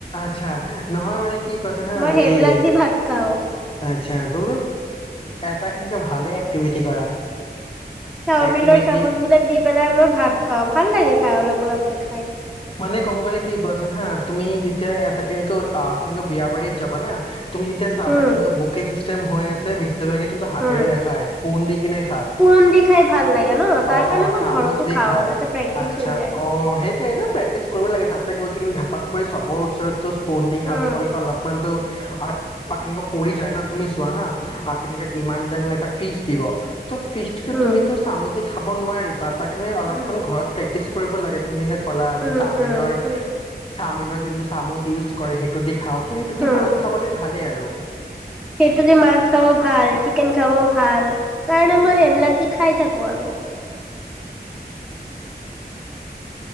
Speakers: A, on the left; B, in the centre.
A: আচ্ছা নহয় মানে কি? কি কৈছে হা
B: মই সেইবিলাক
A: এই
B: দি ভাত খাওঁ
A: আ। আচ্ছা তো এটাতকে ভালে এক্টিভিটি কৰা।
B: চাওমিনৰ
A: এক্টিভিটি
B: চামুচ বিলাক দি পেলাই মই ভাত খাঁও। ভাল লাগে। খাই অলপ অলপকে খায়।
A: মানে কব গ'লে কি কোৱাচোন হা তুমি যেতিয়া এটা কিন্তু বিয়াবাৰী যাবা না। তুমি যেতিয়া চাবা
B: উম
A: কিন্তু বুকে। যি টাইম হৈ আছে বেছি। চবকে কিন্তু হাতেৰে
B: উম
A: নেখায় স্পোন দি কিনে খায়
B: পুৰণ দি খাই ভাল লাগে ন তাৰ
A: অ
B: কাৰণে মই
A: চামুচ
B: ঘৰতো
A: দি
B: খাওঁ
A: খায়
B: যাতে প্ৰেক্টিচ
A: আচ্ছা।
B: হৈ যায়।
A: অ সেইটোয়ে ন। প্ৰেক্টিছ কৰিব লাগে তাতে গৈ কিনে ধাপাক কৰি চবৰ ওচৰতো। কুন্দি দি খাব
B: উম
A: গ'লেতো অলপমানতো। আহ কেনেকুৱাকেপৰি যায় ন তুমি চোৱা হা কেনেকে ইমান ডাঙৰ এটা ফিচ দিব। ত ফিষ্ট টো
B: উম
A: তুমি চামোজে। খাব নোৱাৰি তাৰ পাক। তুমি অলপমান
B: উম
A: ঘৰত প্ৰেক্টিচ। কৰিব লাগে তুমিয়েই। কলা যি
B: উম
A: চাওমিনৰ
B: উম উম
A: চাওমিনত। যোনটো চামুচ ইউজ কৰে সেইটো দি খাওঁ। ত সেইটোতে
B: উম
A: মাছ খাবলে ভালেই আৰু
B: সেইটো দি মাছ খাব ভাল চিকেন খাব ভাল সেই কাৰণে মই সেইবিলাক দি খাই থাকো আৰু